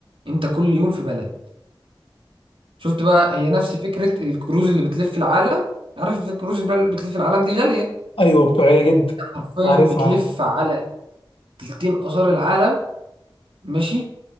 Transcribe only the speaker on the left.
ايوه بتبقى غاليه جدا
عارف
عارف